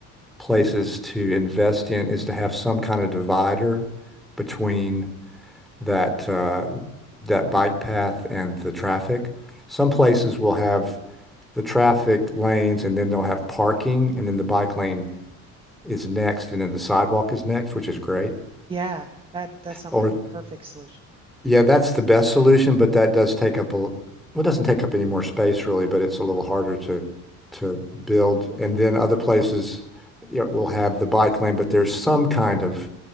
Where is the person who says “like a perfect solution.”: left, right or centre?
Right